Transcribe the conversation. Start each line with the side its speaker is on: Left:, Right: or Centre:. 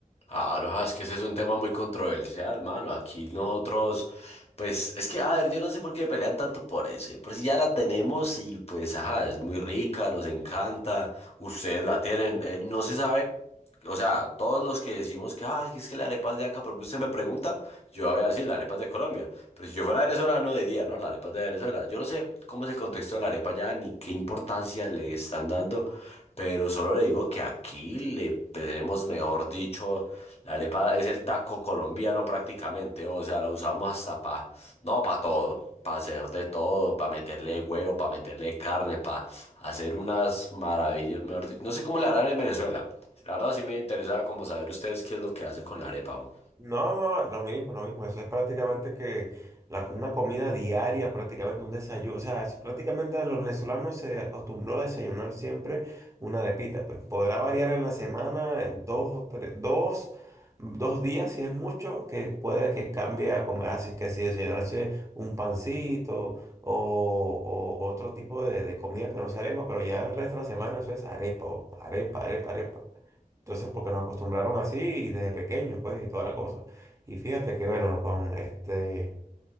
Left: Claro, ah, es que ese es un tema muy controversial, mano. Aquí nosotros, pues, es que, a ver, yo no sé por qué pelean tanto por eso. Por si ya la tenemos y pues, ajá, es muy rica, nos encanta, ustedes la tienen, eh, no se sabe. O sea, todos los que decimos que, ah, es que la arepa es de acá, porque usted me pregunta, yo voy a decir, la arepa es de Colombia. Pero si yo fuera venezolano diría, no, la arepa es de Venezuela. Yo no sé cómo es el contexto de la arepa ya, ni qué importancia le están dando. Pero solo le digo que aquí le tenemos, mejor dicho, la arepa es el taco colombiano prácticamente, o sea, la usamos hasta para, no, para todo, para hacer de todo, para meterle huevo, para meterle carne, para hacer unas maravillas, mejor dicho. No sé cómo la harán en Venezuela. La verdad sí me interesaba como saber ustedes qué es lo que hacen con la arepa. o.
Right: No, no, es lo mismo, lo mismo. Eso es prácticamente que la, una comida diaria, prácticamente un desayuno. O sea, es- prácticamente los venezolanos se acostumbró a desayunar siempre una arepita. Pues podrá variar en la semana eh, dos o tres, dos, dos días, si es mucho, que puede que cambie a comer. Así que si desayunarse un pancito o, o otro tipo de, de comida que no sea arepa, pero ya el resto de la semana eso es arepa, arepa, arepa, arepa. Entonces, porque nos acostumbraron así desde pequeños, pues, y toda la cosa. Y fíjate que, bueno, con este...